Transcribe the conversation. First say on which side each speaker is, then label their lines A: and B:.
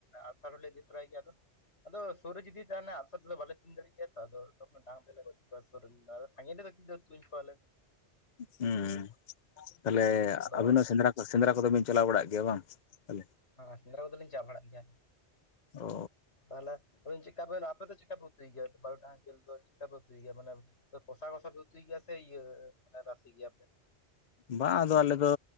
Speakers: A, on the left; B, on the left.
A: ᱟᱜᱥᱟᱨ ᱦᱚᱸᱞᱮ ᱤᱫᱤ ᱛᱚᱨᱟᱭ ᱜᱮᱭᱟ ᱟᱫᱚ ᱟᱫᱚ ᱥᱚᱨ ᱨᱮ ᱡᱩᱫᱤ ᱛᱟᱦᱮᱱᱟ ᱟᱜᱥᱟᱨ ᱛᱮᱫᱚ ᱵᱟᱞᱮ ᱛᱩᱧ ᱫᱟᱲᱮᱭᱟ ᱛᱚᱠᱷᱚᱱ ᱰᱟᱝᱹ ᱛᱮᱞᱮ ᱜᱚᱡ ᱠᱚᱣᱟ ᱥᱟᱺᱜᱤᱧ ᱨᱮᱫᱚ ᱞᱮ ᱛᱩᱧ ᱠᱚᱣᱟᱞᱮ
B: ᱦᱮᱸ ᱛᱟᱦᱚᱞᱮ
A: ᱟᱫᱚ
B: ᱟᱹᱵᱤᱱ ᱦᱚᱸ ᱥᱮᱸᱫᱽᱨᱟ ᱥᱮᱸᱫᱽᱨᱟ ᱠᱚᱫᱚ ᱵᱤᱱ ᱪᱟᱞᱟᱣ ᱵᱟᱲᱟᱜ ᱜᱮᱭᱟ ᱵᱟᱝ ᱛᱟᱦᱚᱞᱮ
A: ᱦᱮᱸ ᱥᱮᱸᱫᱽᱨᱟ ᱠᱚᱫᱚᱞᱤᱧ ᱪᱟᱞᱟᱣ ᱵᱟᱲᱟᱜ ᱜᱮᱭᱟ
B: ᱚ
A: ᱛᱟᱦᱚᱞᱮ ᱟᱵᱤᱱ ᱪᱮᱠᱟ ᱵᱤᱱ ᱟᱯᱮ ᱫᱚ ᱪᱮᱠᱟ ᱯᱮ ᱜᱮᱭᱟ ᱵᱟᱨᱩᱰᱟᱝ ᱡᱤᱞ ᱫᱚ ᱪᱮᱠᱟᱯᱮ ᱩᱛᱩ ᱜᱮᱭᱟ ᱢᱟᱱᱮ ᱛᱚ ᱠᱚᱥᱟᱣ ᱠᱚᱥᱟᱣ ᱩᱛᱩᱭ ᱜᱮᱭᱟ ᱥᱮ ᱤᱭᱟᱹ ᱢᱟᱱᱮ ᱨᱟᱥᱮ ᱜᱮᱭᱟ ᱯᱮ
B: ᱵᱟᱝ ᱟᱫᱚ ᱟᱞᱮ ᱫᱚ